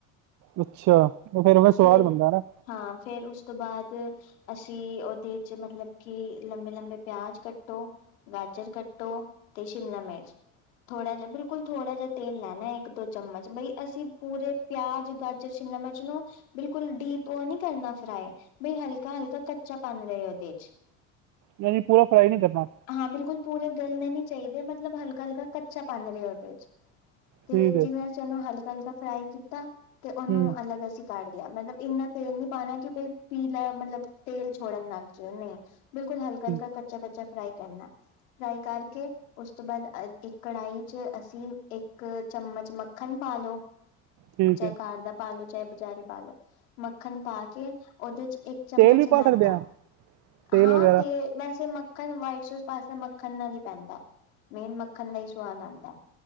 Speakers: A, on the right; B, on the left.
A: ਅੱਛਾ ਉਹ ਫੇਰ ਉਹਵੇਂ ਸਵਾਦ
B: ਫਿਰ,
A: ਬਣਦਾ ਨਾ
B: ਹਾਂ ਫੇਰ ਉਸ ਤੋਂ ਬਾਅਦ ਅਸੀਂ ਓਦੇ ਚ ਮਤਲਬ ਕਿ, ਲੰਬੇ-ਲੰਬੇ ਪਿਆਜ਼ ਕੱਟੋ। ਗਾਜਰ ਕੱਟੋ, ਤੇ ਸ਼ਿਮਲਾ ਮਿਰਚ। ਥੋੜ੍ਹਾ ਜਾ ਬਿਲਕੁਲ ਥੋੜ੍ਹਾ ਜਾ ਤੇਲ ਲੈਣਾ ਇੱਕ-ਦੋ ਚਮਚ ਬਈ ਅਸੀਂ ਪੂਰੇ ਪਿਆਜ਼, ਗਾਜਰ, ਸ਼ਿਮਲਾ ਮਿਰਚ ਨਾ ਬਿਲਕੁਲ ਡੀਪ ਓਹ ਨਈਂ ਕਰਨਾ ਫਰਾਏ, ਬਈ ਹਲਕਾ-ਹਲਕਾ ਕੱਚਾਪਣ ਰਹੇ ਓਦੇ ਚ। <unintelligible>
A: ਯਾਨੀ ਪੂਰਾ ਫਰਾਈ ਨਈ ਕਰਨਾ।
B: ਹਾਂ ਬਿਲਕੁਲ ਪੂਰੇ ਗਿਲਨੇ ਨਈ ਚਹੀਦੇ ਮਤਲਬ ਹਲਕਾ-ਹਲਕਾ ਕੱਚਾਪਣ ਰਹੇ ਓਦੇ ਚ। ਤੇ
A: ਠੀਕ ਹੈ
B: ਜਿਵੇਂ ਅਸੀਂ ਉਹਨੂੰ ਹਲਕਾ-ਹਲਕਾ ਫਰਾਈ ਕੀਤਾ, ਤੇ ਉਹਨੂੰ
A: ਹਮ
B: ਅਲੱਗ ਅਸੀਂ ਕੱਢ ਲਿਆ, ਮਤਲਬ ਇੰਨਾ ਤੇਲ ਨੀ ਪਾਣਾ ਕੀ ਬਈ, ਪੀ ਲੈ, ਮਤਲਬ ਤੇਲ ਛੋਡਨ ਲੱਗ ਜਾਏ ਨਈ। ਬਿਲਕੁਲ ਹਲਕਾ-ਹਲਕਾ,
A: ਠੀਕ
B: ਕੱਚਾ-ਕੱਚਾ ਫਰਾਈ ਕਰਨਾ, ਫਰਾਈ ਕਰਕੇ ਉਸ ਤੋਂ ਬਾਦ ਆਦ ਇੱਕ ਕੜਾਈ ਚ ਅਸੀਂ ਇੱਕ ਚਮਚ ਮੱਖਣ ਪਾ ਲਓ।
A: ਠੀਕ
B: ਚਾਏ
A: ਹੈ
B: ਘਰ ਦਾ ਪਾ ਲਓ ਚਾਏ ਬਜ਼ਾਰੀ ਪਾ ਲਓ, ਮੱਖਣ ਪਾ ਕੇ, ਓਦੇ ਚ ਇੱਕ ਚਮਚ
A: ਤੇਲ ਵੀ ਪਾ
B: ਮੈਦਾ,
A: ਸਕਦੇ ਹਾਂ ਤੇਲ
B: ਹਾਂ
A: ਵਗੈਰਾ
B: ਤੇ‌, ਵੈਸੇ ਮੱਖ ਖਲ ਵਾਈਟ ਸੌਸ ਪਾਸੇ ਮੱਖਣ ਨਾਲ ਈ ਪੈਂਦਾ। ਮੈਨ ਮੱਖਣ ਨਈ ਸਵਾਦ ਆਂਦਾ,